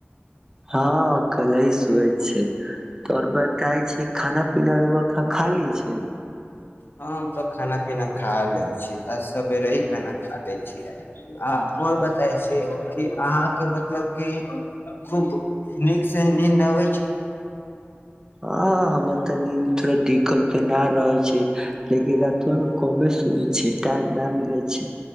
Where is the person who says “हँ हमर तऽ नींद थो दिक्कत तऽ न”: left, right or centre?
Right